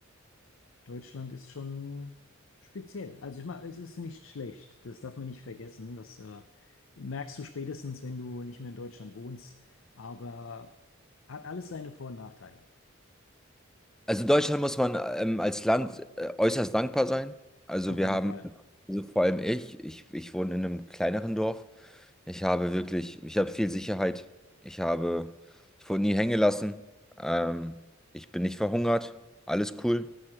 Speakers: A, on the left; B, in the centre.
A: Deutschland ist schon speziell. Also ich meine, es ist nicht schlecht. Das darf man nicht vergessen. Das äh, merkst du spätestens, wenn du nicht mehr in Deutschland wohnst. Aber hat alles seine Vor- und Nachteile.
B: Also Deutschland muss man ähm, als Land äh, äußerst dankbar sein. Also
A: Auf
B: wir
A: jeden
B: haben,
A: Fall.
B: also vor allem ich, ich, ich wohne in einem kleineren Dorf. Ich habe wirklich, ich habe viel Sicherheit. Ich habe, ich wurde nie hängen gelassen. Ähm, ich bin nicht verhungert. Alles cool.